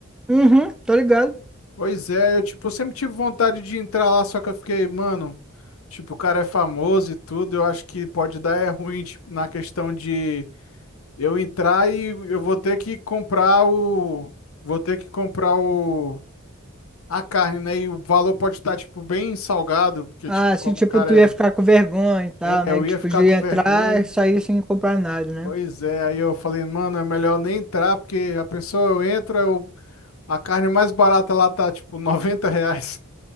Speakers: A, in the centre; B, on the left (about 80°).
A: Uhum, tô ligado.
B: Pois é, eu tipo, sempre tive vontade de entrar lá, só que eu fiquei, mano, tipo, o cara é famoso e tudo, eu acho que pode dar é ruim, tipo, na questão de eu entrar e eu vou ter que comprar o vou ter que comprar o a carne, né? E o valor pode estar tipo bem salgado, porque
A: Ah,
B: tipo,
A: se
B: como
A: tipo,
B: o cara
A: tu ia ficar com vergonha e tal,
B: é,
A: né?
B: é, eu
A: Tipo,
B: ia ficar
A: de
B: com
A: entrar
B: vergonha.
A: e sair sem comprar nada, né?
B: Pois é, aí eu falei, mano, é melhor nem entrar, porque a pessoa eu entro, eu... a carne mais barata lá tá tipo <laughs> 90 reais.